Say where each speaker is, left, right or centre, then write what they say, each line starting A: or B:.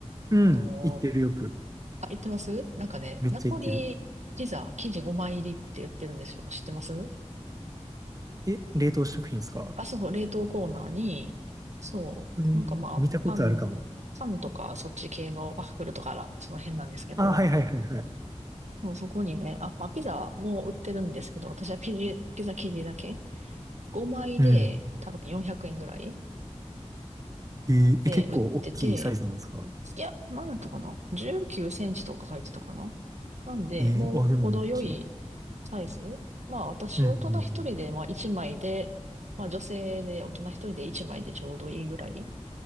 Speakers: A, on the right; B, on the right.
A: うん。
B: あの、
A: 行ってるよく。
B: あ、言ってますなんかね、
A: めっちゃ行ってる。
B: ナポリピザ生地5枚入りって言ってるんですよ。知ってます
A: え、冷凍食品ですか
B: あ、そうそう、冷凍コーナーに、そう、
A: うん、
B: なんかまあ、
A: 見たことあるかも。
B: パン、パンとかそっち系のワッフルとから、その辺なんですけど、
A: あ、はいはいはいはい。
B: もうそこにね、あ、まあ、ピザも売ってるんですけど、私はピ、ピザ生地だけ5枚で多分400円ぐらい。
A: うん。えーえ、
B: で、
A: 結構大きいサイズなんですか
B: 売ってて、いや、なんだったかな ?19 センチとか書いてたかななんで、
A: えー、
B: もう程よい
A: あ、でも大きい。
B: サイズ。まあ私、
A: うんうんうん。
B: 大人一人で、まあ一枚で、まあ女性で大人一人で一枚でちょうどいいぐらい。